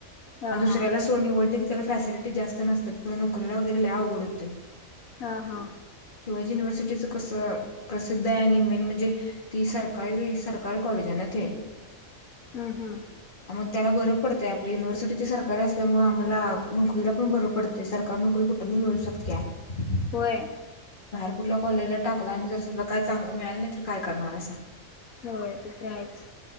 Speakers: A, on the left; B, on the left.
A: हा
B: आणि दुसऱ्याला
A: हा
B: सोड निवडलं की त्याला फॅसिलिटी जास्त नसतात पुढे नोकरीला वगैरे लय अवघड होतेय.
A: हा हा.
B: शिवाजी युनिव्हर्सिटीचं कसं प्रसिद्ध दयान मेन म्हणजे ते सरकारी सरकारी कॉलेज आहे ना ते.
A: हम्म हम्म
B: मग त्याला बर. पडतय आपल्या युनिव्हर्सिटी सरकारी असल्यामुळे आम्हाला नोकरीला पण बर पडतेय सरकारी नोकरी कुठं भी मिळू शकत्या. काय?
A: होय.
B: बाहेर कुठल्या कॉलेजला टाकला आणि जर समजा काय चांगल मिळाल नाही तर काय करणार ऐसा
A: होय ते तर आहेच.